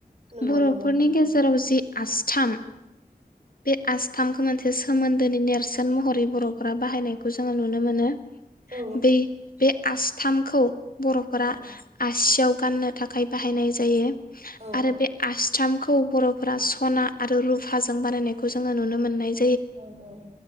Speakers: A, on the right; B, on the left.
A: नंगौ
B: बर'फोरनि
A: नंगौ नोंथां।
B: गेजेराव जि आस्थाम बे आस थामखौ मोनसे सोमोन्दोनि नेर्सोन महरै बर'फोरा बाहायनायखौ जोङो नुनो मोनो।
A: औ
B: बे बे आस्थामखौ ब फोरा
A: औ
B: सियाव गाननो थाखाय बाहायनाय जायो।
A: औ
B: आरो बे आसथाम खौ बर'फोरा सना आरो रुफाजों बानायनायखौ जोङो नुनो मोननाय
A: उम उम